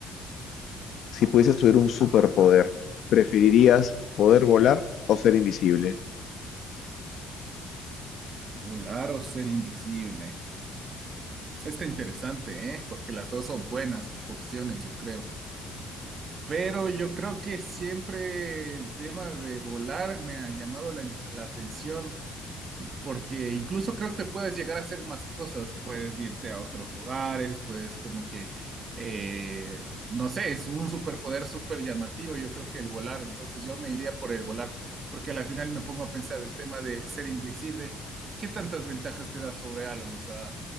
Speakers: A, on the left; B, on the right.
A: Si pudieses tener un superpoder, ¿preferirías poder
B: ok.
A: volar o ser invisible?
B: Volar o ser invisible. Esa está interesante, ¿eh? Porque las dos son buenas opciones, yo creo. Pero yo creo que siempre el tema de volar me ha llamado la, la atención, porque incluso creo que puedes llegar a hacer más cosas, puedes irte a otros lugares, puedes como que, eh, no sé, es un superpoder súper llamativo, yo creo que el volar, entonces yo me iría por el volar, porque al final me pongo a pensar el tema de ser invisible, ¿qué tantas ventajas te da sobre algo? O sea,